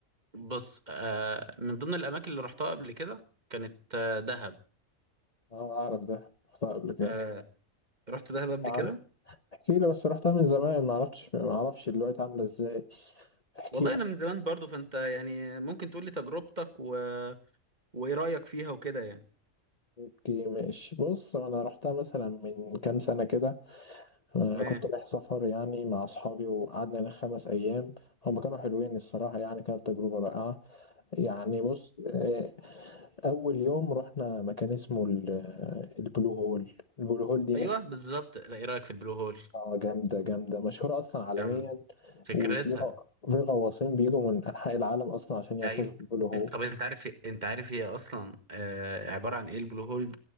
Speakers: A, on the right; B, on the left.
A: بص أه من ضمن الاماكن اللي رحتها قبل كده كانت آه، دهب
B: اه اعرف ده رحتها قبل كده
A: أه رحت دهب
B: احكي
A: قبل
B: لي
A: كده
B: عنها احكي لي بس رحتها من زمان ما عرفتش ما اعرفش دلوقتي عامله ازاي احكي
A: والله
B: لي
A: انا من زمان برضو فانت يعني ممكن تقول لي تجربتك و... وايه رايك فيها وكده يعني
B: اوكي ماشي بص انا رحتها مثلا من كام سنه كده آه،
A: تمام
B: كنت رايح سفر يعني مع اصحابي وقعدنا هناك خمس ايام هم كانوا حلوين الصراحه يعني كانت تجربه رائعه يعني بص آه، اول يوم رحنا مكان اسمه ال- البلو هول البلو هول دي
A: ايوه
B: مشهوره
A: بالظبط ايه رايك في البلو هول
B: آه، جامده جامده مشهوره اصلا عالميا
A: جامد فكرتها
B: وفي غ- في غواصين بيجوا من انحاء العالم اصلا عشان يغطسوا
A: ايوه
B: في البلو هول
A: طب انت عارف انت عارف هي اصلا آه عباره عن ايه البلو هول